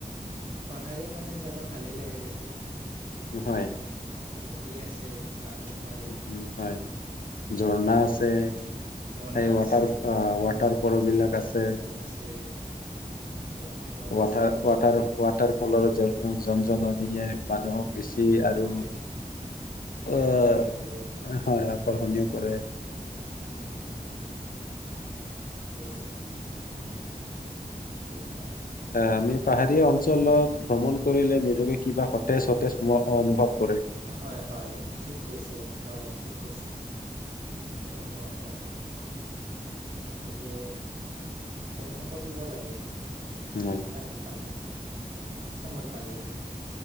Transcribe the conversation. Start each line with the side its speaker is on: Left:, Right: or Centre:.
Right: পাহাৰীয়া মানে জেগা ভালেই লাগে দেচোন।
Left: হয়।
Right: নদী আছে। গা ধুব পাৰি।
Left: উম উম, হয় ঝৰ্ণা আছে
Right: তাত ঝৰ্ণা
Left: সেই ৱাটাৰ
Right: আছে
Left: ৱাটাৰ ফল বিলাক
Right: ৱাটাৰফল
Left: আছে
Right: আছে বঙাইগাঁৱত
Left: ৱাটাৰ
Right: আছে ৱাটাৰফল
Left: ৱাটাৰ ৱাটাৰ ফলৰ জন জননিয়ে মানুহক বেছি আৰু
Right: হয়
Left: আহ।
Right: আকৰ্ষণীয় কৰে
Left: হয়। আকৰ্ষণীয় কৰে।
Right: উম। আৰু ধৰি লওক
Left: আমি পাহাৰীয়া অঞ্চলত ভ্ৰমণ কৰিলে নিজকে কিবা সতেজ সতেজ অনুভৱ কৰে
Right: হয় হয় ঠিক কৈছে হয় ঠিক কৈছে। সেনেকুৱা হয়। গতিকে ভ্ৰমণ কৰিব লাগে।
Left: হয়
Right: টাইম পালে। সময় পালে।